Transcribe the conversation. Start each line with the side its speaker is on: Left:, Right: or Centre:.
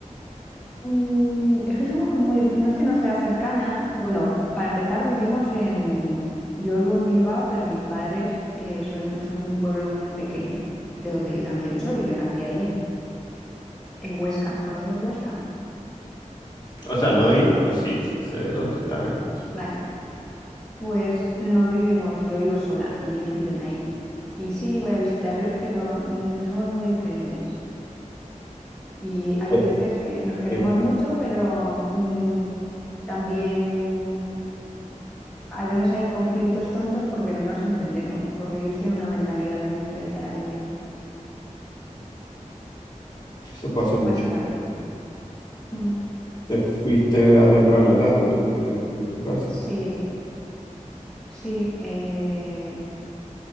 Centre: Mm, es que somos muy, dif- no es que no sea cercana. bueno, para empezar, vivimos en, yo vivo en Bilbao, pero mis padres eh, soy un- son de un pueblo muy pequeño, de donde yo también soy, yo nací allí, en Huesca. ¿Conoces Huesca?
Left: O sea, no he ido, pero sí, sí, sé dónde está ellos.
Centre: Vale, pues no vivimos, yo vivo sola y ellos viven ahí. Y sí, voy a visitarles, pero mm, somos muy diferentes. Y hay
Left: Sí,
Centre: veces que nos queremos
Left: sí,
Centre: mucho, pero mm, También a veces hay conflictos tontos porque no nos entendemos, porque ellos tienen una mentalidad muy diferente a la mía,
Left: Eso pasa mucho.
Centre: básicamente. Mm,
Left: Te fuiste a temprana edad de tu, de, de tu casa.
Centre: Sí, sí. eh,